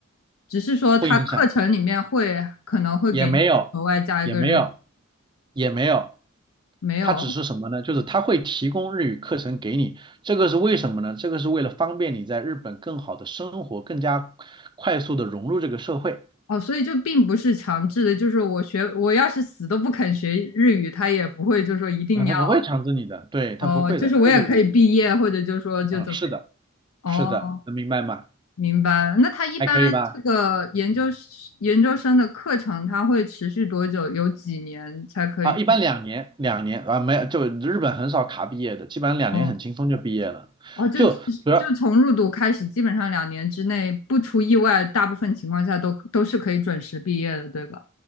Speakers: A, on the left; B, on the right.
A: 只是说它课程里面会可能会给你额外加一个日语，
B: 不影响。也没有，也没有，也没有。
A: 没有
B: 他只是什么呢？就是他会提供日语课程给你，这个是为什么呢？这个是为了方便你在日本更好的生活，更加快速的融入这个社会。
A: 哦，所以就并不是强制的，就是我学我要是死都不肯学日语，他也不会就说一定要
B: 啊，他不会强制你的，对，他不会的，
A: 哦，就是我也可以毕业，
B: 这个我，
A: 或者就说就怎么样
B: 啊，是的，
A: 哦。
B: 是的，能明白吗？
A: 明白了。那他一般这个研究
B: 还可以吧？
A: 研究生的课程，他会持续多久？有几年才可以毕
B: 啊，一般两年，两年啊，没有就日本很少卡毕业的，基本上两年很轻松就毕业了，
A: 哦哦，就
B: 就主要，
A: 就从入读开始，基本上两年之内，不出意外，大部分情况下都都是可以准时毕业的，对吧？